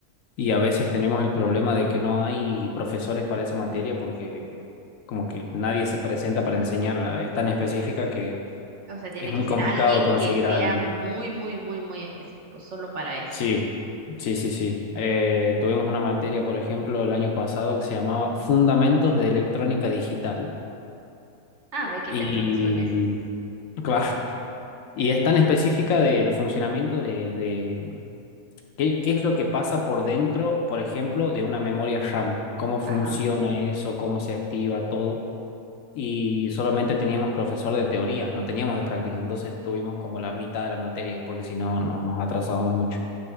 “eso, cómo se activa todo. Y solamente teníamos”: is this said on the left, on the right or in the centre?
Left